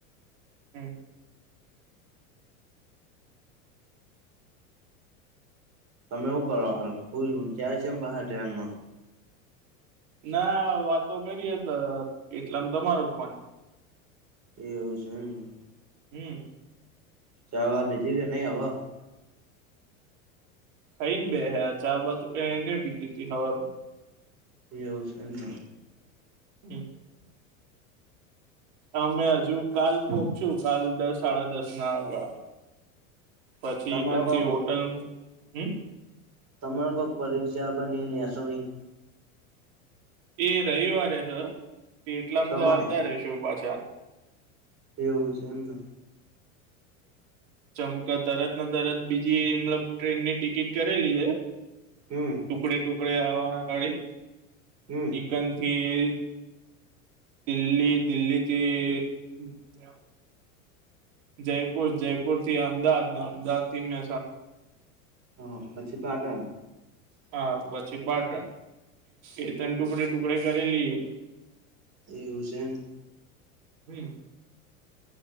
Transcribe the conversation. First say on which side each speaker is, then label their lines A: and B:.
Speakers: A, on the right (about 65°); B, on the right (about 40°).
A: હમ.
B: તમે શું કરવા હાલ હું જાય છે એમ પા ટ્રેનમાં.
A: ના વાતો કરી તો એટલામ તમારો ફન
B: એ આવવ છે એમને.
A: હમ.
B: ચારવા બીધી કે નહી હ.
A: ખાઈ ને બે હ ચા બાજુ ક એને ભીધીધીવા.
B: એવું છે એમમ.
A: હમ. અમે હજુ કાલ પોખશું કાલ દસ સાડા દસ ના ગાળા પછી
B: તમાર
A: કેમ
B: કોક
A: હોટલ હમ.
B: તમારો કોઈ પરીક્ષા બનીનેસો નહીં,
A: એ રવિવારે છે તે એટલામ
B: તમારે
A: તો આવતા રશે પાછા.
B: એવું છે એમને.
A: ચમક તરત તરત બીજી મતલબ ટ્રેનની ટિકિટ કરેલી હ.
B: હમ.
A: ટુકડે ટુકડેવાળે.
B: હમ.
A: એકન થી દિલ્હી દિલ્હીથી, હ પજા આવ. જયપુર જયપુરથી અમદાવાદ ને અમદાવાદ થી મે
B: હ પછી પાટે
A: હા બસી બાત. એ તન ટુકડે ટુકડે કરેલી એ.
B: એ હસન.
A: હમ.